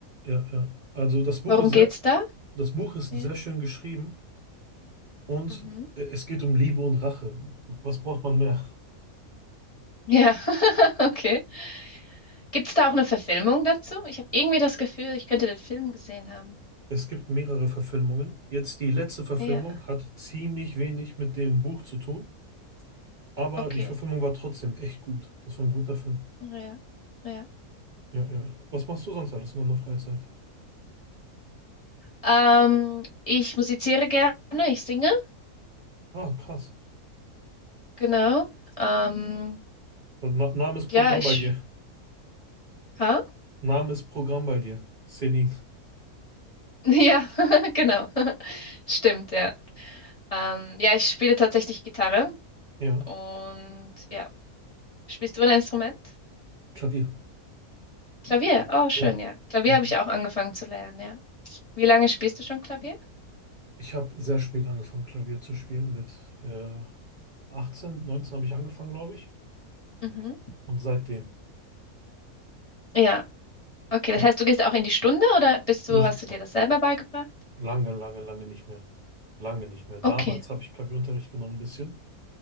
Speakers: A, on the right; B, on the left.
A: ja, ja. Also das Buch
B: Worum
A: ist sehr,
B: geht's da?
A: das Buch ist
B: Ja.
A: sehr schön geschrieben und
B: Mhm.
A: äh, es geht um Liebe und Rache. Was braucht man mehr?
B: Ja, <laughs> okay. Gibt es da auch eine Verfilmung dazu? Ich habe irgendwie das Gefühl, ich könnte den Film gesehen haben.
A: Es gibt mehrere Verfilmungen. Jetzt die letzte Verfilmung
B: Ja,
A: hat ziemlich wenig mit dem Buch zu tun. Aber
B: okay.
A: die Verfilmung war trotzdem echt gut. Das war ein guter Film.
B: Ja, ja.
A: Ja, ja. ja. Was machst du sonst alles in deiner Freizeit?
B: Ähm, ich musiziere gerne, ich singe,
A: Ah, krass.
B: genau. Ähm,
A: So, Na, Name ist Programm
B: ja, ich.
A: bei dir.
B: Hä?
A: Name ist Programm bei dir. Selin.
B: Ja, <laughs> genau. <laughs> Stimmt, ja. Ähm, ja, ich spiele tatsächlich Gitarre
A: Ja.
B: und ja. Spielst du ein Instrument?
A: Klavier.
B: Klavier. Oh, schön,
A: Ja.
B: ja. Klavier
A: ja.
B: habe ich auch angefangen zu lernen, ja. Wie lange spielst du schon Klavier?
A: Ich habe sehr spät angefangen, Klavier zu spielen. Mit äh, 18, 19 habe ich angefangen, glaube ich.
B: Mhm.
A: Und seitdem.
B: Ja. Okay, das
A: Ja.
B: heißt, du gehst auch in die Stunde oder bist
A: Nicht
B: du, hast du dir
A: mal.
B: das selber beigebracht?
A: Lange, lange, lange nicht mehr. Lange nicht mehr. Damals
B: Okay.
A: habe ich Klavierunterricht genommen, ein bisschen.